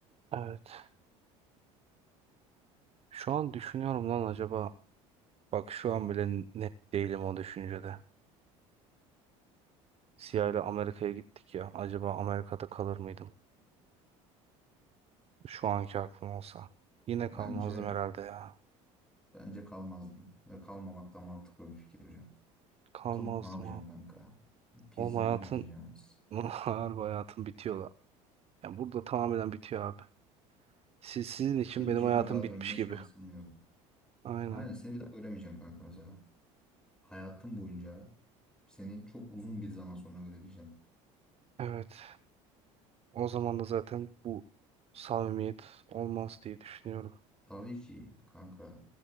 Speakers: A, on the right; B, in the centre.
A: Evet. Şu an düşünüyorum lan acaba. Bak şu an bile net değilim o düşüncede. Siyah ile Amerika'ya gittik ya. Acaba Amerika'da kalır mıydım? Şu anki aklım olsa. Yine kalmazdım
B: Bence
A: herhalde ya.
B: bence kalmazdın ve kalmamak da mantıklı bir fikir hocam.
A: Kalmazdım
B: Kalıp ne yapacaksın
A: abi.
B: kanka? Pizzacı
A: Oğlum hayatın,
B: mı olacaksınız?
A: <laughs> harbi hayatın bitiyor da. Yani burada tamamen bitiyor abi. Siz, sizin için
B: Türkiye'ye
A: benim hayatım
B: bir daha
A: bitmiş
B: dönme
A: gibi.
B: şansın mı yok?
A: Aynen.
B: Aynen seni bir daha göremeyeceğim kanka mesela. Hayatım boyunca seni çok uzun bir zaman sonra görebileceğim.
A: Evet. O zaman da zaten bu samimiyet olmaz diye düşünüyorum.
B: Tabii ki kanka.